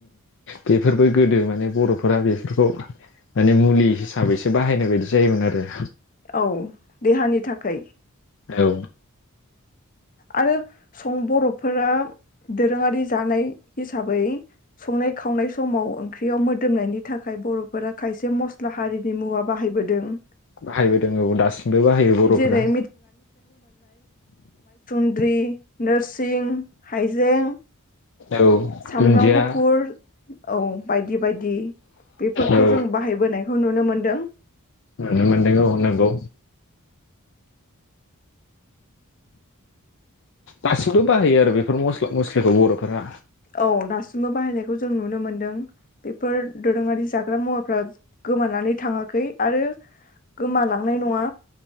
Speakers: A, on the left (about 60°); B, on the left (about 40°).
A: बेफोरबो गोदो माने बर'फोरा बेफोरखौ माने मुलि हिसाबैसो बाहायनाय बायदि जायोमोन आरो
B: औ देहानि थाखाय
A: औ
B: आरो सं बर फोरा दोरोङारि जानाय हिसाबै संनाय खावनाय समाव ओंख्रियाव मोदोमनायनि थाखाय बर'फोरा खायसे जे मस्ला हारिनि मुवा बाहायबोदों दों
A: बाहायबोदों दासिमबो बाहायो बर'फोरा
B: जेरै न्द्रि नोरसिं हाइजें
A: औ
B: सामब्राम
A: दुन्दिया
B: गुफुर औ बायदि बायदि बेफोरखौ
A: औ
B: जों बाहायबोनायखौ नुनो मोनदों।
A: नुनो मोनदों औ नंगौ दासिमबो बाहायो आरो बेफोर मस्ला मस्लिखौ बर'फोरा
B: औ दासिमबो बाहायनायखौ जों नुनो मोनदों बेफोर दोरोङारि जाग्रा मुवाफ्रा गोमानानै थाङाखै आरो गोमालाङो नाय नङा